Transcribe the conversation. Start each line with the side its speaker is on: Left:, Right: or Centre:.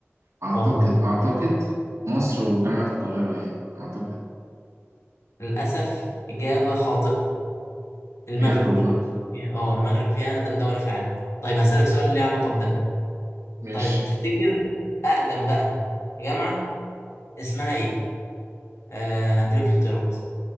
Right: أعتقد
Left: اه
Right: أعتقد مصر وجامعة القاهرة يعني أعتقد
Left: للأسف إجابة خاطئة المغرب
Right: بجد والله
Left: اه المغرب فيها أقدم دولة في العالم طيب هسألك سؤال ليه علاقة بده
Right: ماشي
Left: طيب تفتكر أقدم بقى جامعة اسمها ايه؟ آه هديلك اختيارات